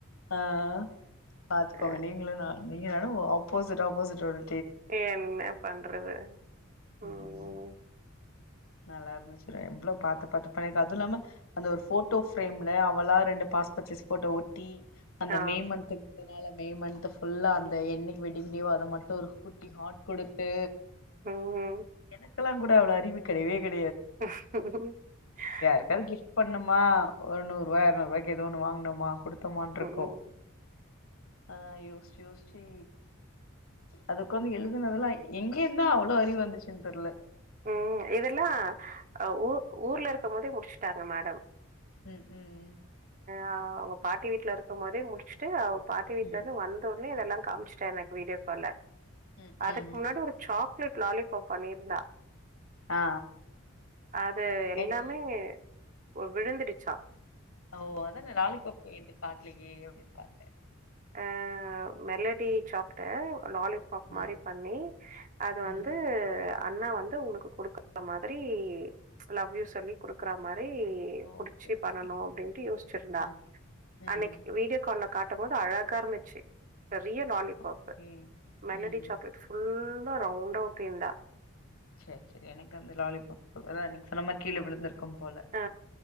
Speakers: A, on the left; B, on the right.
A: ஆ ஆ பாத்துக்கோங்க
B: அ
A: நீங்களும் நானும் நீங்க ஓ ஆப்போசிட் ஆப்போசிட் ஒரு
B: என்ன பண்றது உஹம்
A: ம் நல்லா இருந்துச்சுல்ல எவ்ளோ பாத்து பாத்து பன்னிருக்கா அதுவு இல்லாம அந்த ஒரு போட்டோ பிரேம்ல அவளா ரெண்டு பாஸ்போட் சைஸ் போட்டோ ஒட்டி அந்த
B: ஆ.
A: மே மன்த்து <unintelligible> மே மந்த்து புல்லா அந்த எண்ணிக்கு வெட்டிங் டேவோ அத மட்டோ ஒரு குட்டி ஹார்ட் கொடுத்து
B: ம்.
A: என்ன இப்பலா கூட அவ்ளோ லீவு கெடயவே கெட
B: <unintelligible>
A: யாருக்காவது கிஃப்ட் பண்ணுமா ஒரு நூறுபா இரநூறுபாய்க்கு ஏதோ ஒன்னு வாங்கினோமா கொடுத் டுமன்றுக்கோ
B: ம்.
A: ஆ யோசிச்சு யோசிச்சு அதுக்கு வந்து எழுதுனதுெல்லா எங்கேயிந்தா அவ்ளோ அறிவு வந்துச்சுன்னு தெரியல
B: உஹம் இதெல்லா அஹ்ஊ ஊர்ல இருக்கே போதே முடிச் <unintelligible> மேடம்
A: உம் உம்
B: ஆஹ் அவங்க பாட்டி வீட்ல இருக்கோ மோதே முச்சிட்டு அவ பாட்டி வீட்ல
A: ம்
B: இருந்து வந்த அப்பவே இதெல்லா காமிச்சுட்டே எனக்கு வீடியோக்கால்ல
A: ம்
B: அதுக்கு
A: ம்
B: முன்னாடி ஒரு சாப் கிலிக் லாலிபாப் பண்ணிருந்தா
A: ஆ
B: அது எல்லாமே
A: என்
B: ஓ விழுந்துடுச்சா
A: ஓ அதான லலிப்பாப் என்ற அப்டி பாக்கலேயே அப்டினு பத்தே
B: அஹ மெலடி சாக்கோ லாலிப்பாப் மாரி
A: ம்
B: பண்ணி அது
A: ம்
B: வந்து அண்ணா வந் இது உங்ளுக்கு கொடுக்குறா மாதிரி லவ் யூ சொல்லி கொடுக்குறா மாதி மத்த ப்படி
A: ஓகே
B: புடிச்சு
A: ஓகே
B: பண்ணனு அப்டிண்டு யோசிச்சிருந்தா
A: ம் ம்
B: அன்னிக்கு வீடியோ கால்ல காட்டம்போது அழகா இருந்துச்சு ரியல் லாலிபாப்
A: ஓகே
B: மெலடி
A: ம்
B: சாக்லேட் புல் ரவுண்டா ஒட்டிருந்த
A: செரி செரி எனக்கு அந்த லாலிபாப்பு அதா நீங்க சொன்னா மாதிரி கீழே விழுந்துருக்கும் அம் போல
B: ஆ